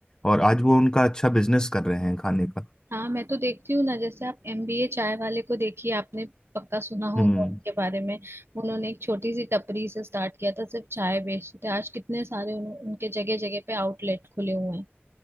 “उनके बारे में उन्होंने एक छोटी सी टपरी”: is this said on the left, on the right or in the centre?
Right